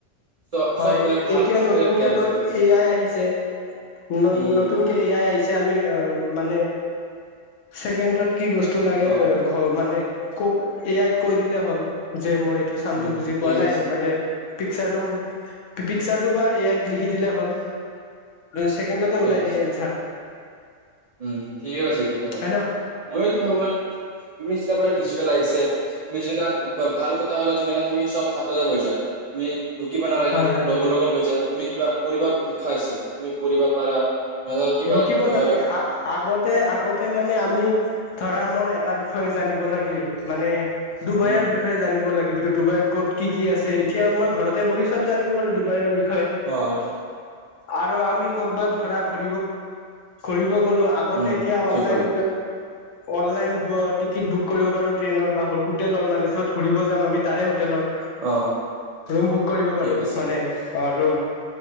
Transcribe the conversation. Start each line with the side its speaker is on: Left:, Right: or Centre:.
Right: চ
Left: হয়
Right: চব মানে ভাল
Left: এতিয়া
Right: বস্তু
Left: নতুনকে
Right: থাকে বেয়া
Left: আৰু
Right: বস্তু
Left: এ আাই আহিছে ন
Right: উম
Left: নতুনকে
Right: উম
Left: এ আই আহি। আমি মানে ছেকেণ্ডত। কি বস্তু লাগে
Right: অ
Left: ঘ মানে। ক এয়ত কৈ দিলে হ'ল। যে মই এইটো চামটো
Right: উম
Left: বুজি
Right: ঠিক
Left: পোৱা নাই
Right: আছে
Left: মানে পিকচাৰটো পিকচাৰটো বা এ আইক লিখি দিলে হ'ল ছেকেণ্ডতে
Right: ঠিক
Left: ওলাই
Right: আছে
Left: দিয়ে এনচাৰ
Right: উম ঠিকেই আছে এইটো কথাটো
Left: হয় ন
Right: মইতো ভগৱান তুমি যেতিয়াৰ পৰা ডিজিটেল আহিছে তুমি যেনেকা ভাল কথা হৈ বা যেনেকা তুমি চব হাততে হৈ যায় তুমি ৰুকিব নালাগে
Left: হয় হয়
Right: লগৰ লগৰ হৈ যায় তুমি কিবা পঢ়িব বিচাইছে তুমি পঢ়িব পাৰা ল কিবা
Left: ৰখিব
Right: অ
Left: নালাগে আ আগতে আ আগতে মানে আমি ধৰা মোৰ এটা বিষয়ে জানিব লাগিল মানে ডুবাইৰ
Right: উম
Left: বিষয়ে জানিব লাগে যিটো ডুবাইত ক'ত কি কি আছে এতিয়া মই ঘৰতে বহি চব জানিব পাৰো ডুবাইৰ বি
Right: অ ঠি
Left: আত আৰু আমি ক'তবাত ধৰা ঘু ৰিব গলো আগতে
Right: উম
Left: এতিয়া অনলাইন
Right: ঠিক হ'ল
Left: অনলাইন ব টিকেট বুক কৰিব পাৰো ট্ৰেইনৰ বা হোটেলৰ মানে য'ত ঘূৰিব যাম আমি তাৰে হোটেলৰ
Right: অ
Left: ৰুম বুক কৰিব
Right: ঠিক
Left: পাৰো
Right: কৈছা
Left: মানে অ ৰুম